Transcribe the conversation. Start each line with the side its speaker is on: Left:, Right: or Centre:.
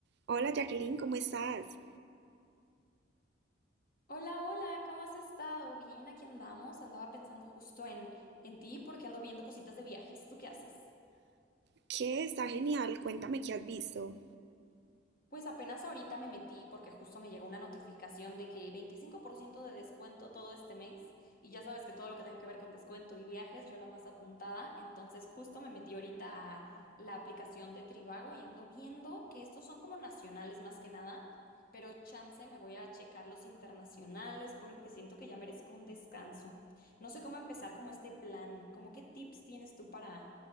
Right: Hola Jacqueline, ¿cómo estás?
Left: Hola, hola, ¿cómo has estado? Bien, aquí andamos. Andaba pensando justo en, en ti porque ando viendo cositas de viajes. ¿Tú qué haces?
Right: ¿Qué? Está genial, cuéntame qué has visto.
Left: Pues apenas ahorita me metí porque justo me llegó una notificación de que 25% de descuento todo este mes y ya sabes que todo lo que tenga que ver con descuento y viajes, yo la más apuntada, entonces justo me metí ahorita a la aplicación de Trivago y ando viendo que estos son como nacionales más que nada, pero chance me voy a checar los internacionales porque siento que ya merezco un descanso. No sé cómo empezar como este plan, como qué tips tienes tú para